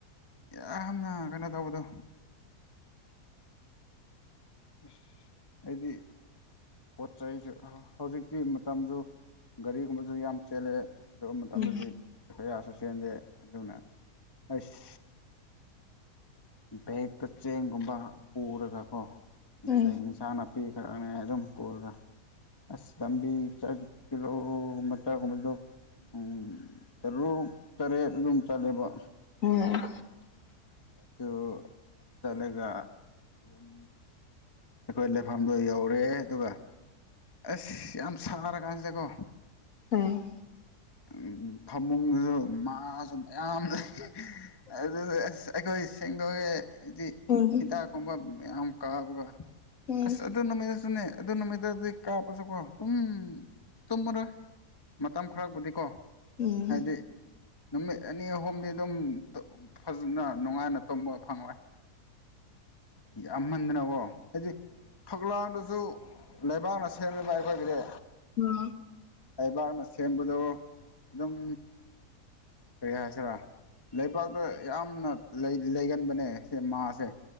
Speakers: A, on the left; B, on the left.
A: ꯌꯥꯝꯅ ꯀꯅꯣ ꯇꯧꯕꯗꯣ ꯑꯁ ꯍꯥꯏꯗꯤ ꯄꯣꯠ ꯆꯩꯖꯨ ꯑ ꯍꯧꯖꯤꯛꯇꯤ ꯃꯇꯝꯖꯨ ꯒꯥꯔꯤꯒꯨꯝꯕꯖꯨ ꯌꯥꯝ ꯆꯦꯜꯂꯦ ꯑꯗꯨ ꯃꯇꯝꯗꯗꯤ
B: ꯎꯝ
A: ꯑꯦꯐ ꯑꯥꯏ ꯑꯥꯔꯁꯨ ꯆꯦꯟꯗꯦ ꯑꯗꯨꯅ ꯑꯩꯁ ꯕꯦꯛꯇ ꯆꯦꯡꯒꯨꯝꯕ ꯄꯨꯔꯒꯀꯣ
B: ꯎꯝ
A: ꯆꯦꯡ ꯏꯟꯁꯥꯡꯅ ꯄꯤꯈ꯭ꯔꯛꯅꯤ ꯑꯗꯨꯝ ꯄꯨꯔꯒ ꯑꯁ ꯂꯝꯕꯤ ꯆ ꯀꯤꯂꯣꯃꯇꯔ ꯒꯨꯝꯕꯗꯣ ꯎꯝ ꯇꯔꯨꯛ ꯇꯔꯦꯠ ꯑꯗꯨꯝ ꯆꯠꯂꯦꯕ
B: ꯎꯝ
A: ꯑꯗꯨ ꯆꯠꯂꯒ ꯌꯨꯝ ꯑꯩꯈꯣꯏ ꯂꯩꯐꯝꯗꯣ ꯌꯧꯔꯦ ꯑꯗꯨꯒ ꯑꯁ ꯌꯥꯝ ꯁꯥꯔ ꯀꯥꯟꯁꯤꯗꯀꯣ
B: ꯎꯝ
A: ꯎꯝ ꯐꯃꯨꯡꯗꯨꯁꯨ ꯃꯥꯁꯨ ꯃꯌꯥꯝ ꯂꯩ ꯑꯗꯨ ꯑꯁ ꯑꯩꯈꯣꯏ ꯁꯦꯡꯗꯣꯛꯑꯦ ꯍꯥꯏꯗꯤ
B: ꯎꯝ ꯎꯝ
A: ꯍꯤꯗꯥꯛꯀꯨꯝꯕ ꯃꯌꯥꯝ ꯀꯥꯞꯄꯒ
B: ꯎꯝ
A: ꯑꯁ ꯑꯗꯨ ꯅ ꯃꯦꯁ ꯗꯨꯅꯦ ꯑꯗꯨ ꯅꯨꯃꯤꯠꯇꯗꯤ ꯀꯥꯞꯄꯁꯨꯀꯣ ꯑꯗꯨꯝ ꯇꯨꯝꯃꯔꯣꯏ ꯃꯇꯝ ꯈꯔꯕꯨꯗꯤꯀꯣ
B: ꯎꯝ
A: ꯍꯥꯏꯗꯤ ꯅꯨꯃꯤꯠ ꯑꯅꯤ ꯑꯍꯨꯝꯗꯤ ꯗꯨꯝ ꯇꯨꯞ ꯐꯖꯅ ꯅꯨꯡꯉꯥꯏꯅ ꯇꯨꯝꯕ ꯐꯪꯉꯣꯏ ꯌꯥꯝꯃꯟꯗꯅꯀꯣ ꯍꯥꯏꯗꯤ ꯐꯛꯂꯥꯡꯗꯖꯨ ꯂꯩꯕꯥꯛꯅ ꯁꯦꯝꯃꯦꯕ ꯑꯩꯈꯣꯏꯒꯤꯗꯤ
B: ꯎꯝ
A: ꯂꯩꯕꯥꯛꯅ ꯁꯦꯝꯕꯗꯨ ꯑꯗꯨꯝ ꯀꯔꯤ ꯍꯥꯏꯁꯤꯔꯥ ꯂꯩꯕꯥꯛꯇ ꯌꯥꯝꯅ ꯂꯩ ꯂꯩꯒꯟꯕꯅꯦ ꯁꯦ ꯃꯥꯁꯦ